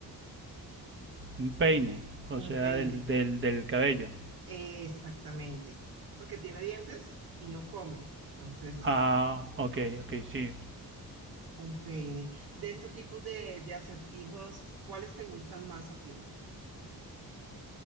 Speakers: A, on the right; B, on the right.
A: un peine, o
B: un
A: sea,
B: peine,
A: del, del, del cabello.
B: exactamente, porque tiene dientes y no come, entonces
A: Ah, ok, ok, sí.
B: un peine. De estos tipos de, de acertijos, ¿cuáles te gustan más a ti?